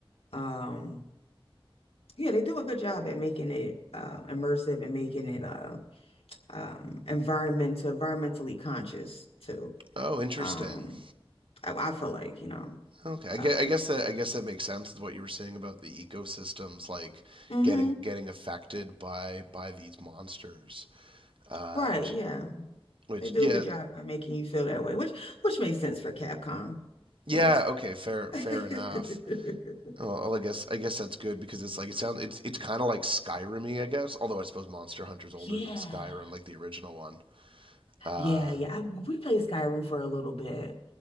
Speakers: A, on the left; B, on the right.
A: Um yeah, they do a good job at making it uh, immersive and making it uh, um, environmental, environmentally conscious too.
B: Oh, interesting.
A: Um, I, I feel like, you know,
B: Okay. I
A: um,
B: guess, I guess that I guess that makes sense with what you were saying about the ecosystems like
A: hmm
B: getting getting affected by by these monsters. Uh
A: right,
B: j-
A: yeah,
B: which
A: they do
B: yeah,
A: a good job at making you feel that way, which which makes sense for Capcom.
B: yeah,
A: That makes
B: okay, fair
A: sense. <laughs>
B: fair enough. Well, well, I guess I guess that's good because it's like it sounds it's it's kind of like Skyrim-y, I guess. Although I suppose Monster Hunter's older
A: Yeah,
B: than Skyrim, like the original one. Uh,
A: yeah, yeah. I, we played Skyrim for a little bit.